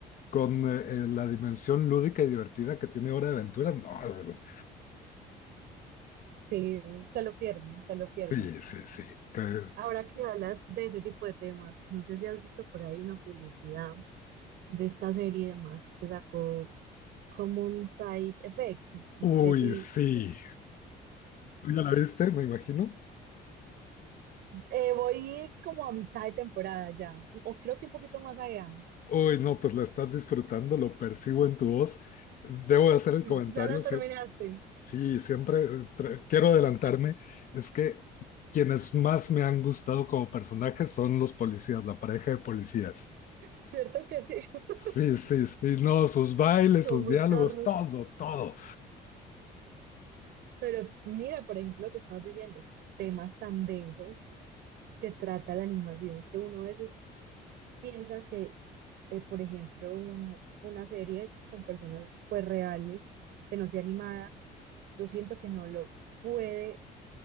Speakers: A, on the left; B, on the right.
A: con eh, eh, la dimensión lúdica y divertida que tiene Hora de Aventura. No, es-
B: Sí, se lo pierden, se lo pierden.
A: sí, sí, sí. que-
B: Ahora que hablas de ese tipo de temas, no sé si has visto por ahí una publicidad de esta serie de Max que sacó Common Side Effects. No
A: Uy,
B: sé si...
A: sí.
B: <laughs>
A: ¿Tú ya la viste, me imagino?
B: Eh, voy como a mitad de temporada ya, o creo que un poquito más allá.
A: Uy, no, pues la estás disfrutando, lo percibo en tu voz. Debo de hacer el
B: Sí,
A: comentario,
B: Ya la terminaste,
A: sí, Sí, siempre eh, tra- quiero adelantarme. Es que quienes más me han gustado como personajes son los policías, la pareja de policías.
B: ¿cierto que sí? <laughs>
A: Sí, sí, sí, no, sus bailes,
B: Son
A: sus
B: muy
A: diálogos,
B: charros.
A: todo, todo.
B: Pero mira, por ejemplo, lo que estabas diciendo, temas tan densos que trata la animación, que uno a veces piensa que, eh, por ejemplo, uno- una serie con personas pues reales, que no sea animada, yo siento que no lo puede